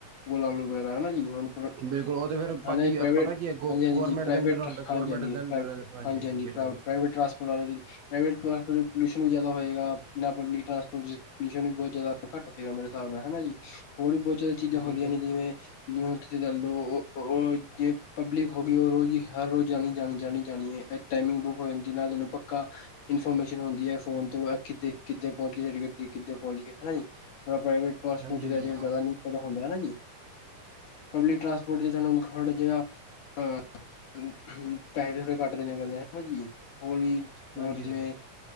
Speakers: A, on the left; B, on the right.
A: ਉਹਨਾ ਫੇਰ ਹੈਨਾ ਜੀ ਹੁਣ ਹਾਂ
B: ਬਿਲਕੁਲ ਉਹ ਤੇ ਫਿਰ ਭਾਜੀ
A: ਪ੍ਰਾਈਵੇਟ
B: ਪਤਾ ਕੀ ਹੈ ਗੋ
A: ਹਾਂਜੀ-ਹਾਂਜੀ-ਹਾਂਜੀ
B: ਗੌਰਮੈਂਟ
A: ਪ੍ਰਾਈਵੇਟ
B: ਦੇ ਅੰਦਰ ਹੁੰਦਾ
A: ਹਾਂਜੀ-ਹਾਂਜੀ-ਹਾਂਜੀ-ਹਾਂਜੀ
B: ਗੌਰਮੈਂਟ ਦੇ ਅੰਦਰ ਹਾਂਜੀ ਹਾਂਜੀ ਬਿਲਕੁਲ
A: ਪਾ੍ਈ ਪ੍ਰਾਈਵੇਟ ਟਰਾਂਸਪੋਰਟ ਪੋਲਿਊਸ਼ਨ ਵੀ ਜ਼ਿਆਦਾ ਹੋਏਗਾ ਨਾ ਪਬਲਿਕ ਟਰਾਂਸਪੋਰਟ ਪੋਲਿਊਸ਼ਨ ਵੀ ਬਹੁਤ ਜ਼ਿਆਦਾ ਘੱਟ ਹੋਏਗਾ ਮੇਰੇ ਹਿਸਾਬ ਨਾਲ ਹੈਨਾ ਜੀ ਹੋਰ ਵੀ ਬਹੁਤ ਜ਼ਿਆਦਾ ਚੀਜ਼ਾਂ
B: ਬਿਲਕੁਲ
A: ਹੋਦੀਆਂ ਨੇ ਜਿਵੇਂ ਜਊ ਤੁਸੀਂ ਚ ਲਓ ਉਹ ਜੇ ਪਬਲਿਕ ਹੋ ਗਈ ਉਹ ਰੋਜ਼ ਹਰ ਰੋਜ਼ ਜਾਣੀ-ਜਾਣੀ-ਜਾਣੀ-ਜਾਣੀ ਹੈ ਟਾਈਮਿੰਗ ਬੁਕ ਹੋਜਾ ਜਿਨਾੁ ਦੇ ਨੁ ਪੱਕਾ ਇਨਫੋਰਮੇਸ਼ਨ ਹੁੰਦੀ ਹੈ ਫੋਨ ਤੋਂ ਕਿੱਖੇ-ਕਿੱਖੇ ਪਹੁੰਚੀ ਹੈ ਸਾਡੀ ਗੱਡੀ ਕਿੱਦੇ ਪਹੁਚ ਗੇ ਹੈਨਾ ਜੀ ਅਪਨਾ ਪਾ੍ਰਇਵੇਟ ਪਾਸਪੋਰਟ
B: ਹਾਂਜੀ ਹਾਂਜੀ
A: ਅੱਜ
B: ਹਾਂਜੀ
A: ਜ਼ਿਆ ਨ ਪਤਾ ਹੁੰਦਾ ਹੈਨਾ ਜੀ ਪਬਲਿਕ ਟ੍ਰਾਂਸਪੋਰਟ ਦੀ ਤੁਹਾਨੂੰ ਜਾ ਹਾਂ ਪੈਸੇ ਵੀ ਥੋੜੇ ਘੱਟ ਦੇਣੇ ਪੈਂਦੇ ਹੈਨਾ ਜੀ ਹੋਰ ਵੀ
B: ਹਾਂਜੀ
A: ਹੋਰ ਜਿਵੇਂ